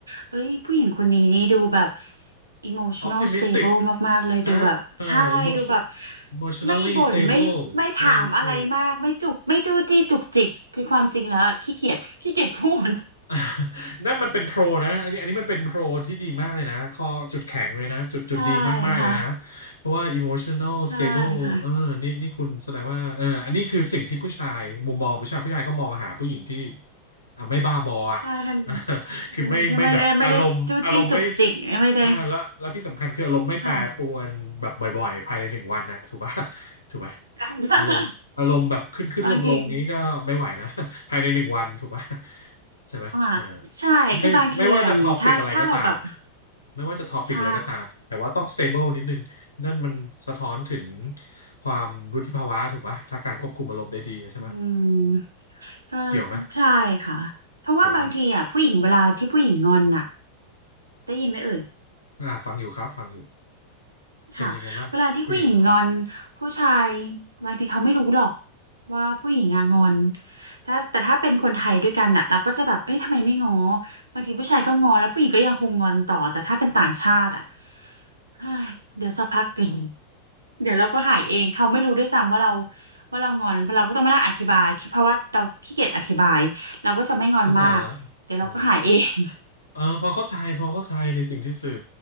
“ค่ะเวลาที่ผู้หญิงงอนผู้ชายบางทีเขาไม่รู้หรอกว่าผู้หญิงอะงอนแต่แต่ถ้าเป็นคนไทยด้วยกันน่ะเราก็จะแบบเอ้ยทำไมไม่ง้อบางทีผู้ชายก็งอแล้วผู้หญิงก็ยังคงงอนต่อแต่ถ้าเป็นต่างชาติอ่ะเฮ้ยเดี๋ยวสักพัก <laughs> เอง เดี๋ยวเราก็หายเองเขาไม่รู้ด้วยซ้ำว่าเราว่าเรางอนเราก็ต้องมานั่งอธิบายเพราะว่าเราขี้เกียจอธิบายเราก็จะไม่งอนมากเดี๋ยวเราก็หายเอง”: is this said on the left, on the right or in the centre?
Right